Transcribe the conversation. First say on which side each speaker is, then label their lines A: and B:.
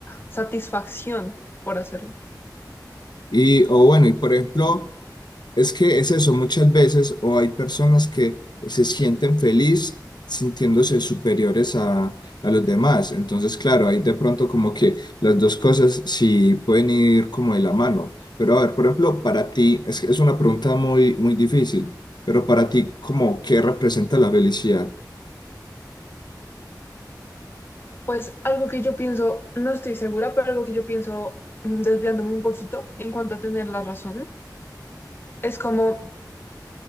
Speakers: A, on the left; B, on the left.
A: satisfacción por hacerlo.
B: Y, o bueno, y por ejemplo... Es que es eso, muchas veces, o hay personas que se sienten feliz sintiéndose superiores a, a los demás. Entonces, claro, ahí de pronto como que las dos cosas sí pueden ir como de la mano. Pero a ver, por ejemplo, para ti, es, es una pregunta muy, muy difícil, pero para ti, como, ¿qué representa la felicidad?
A: Pues algo que yo pienso, no estoy segura, pero algo que yo pienso mm, desviándome un poquito en cuanto a tener la razón, es como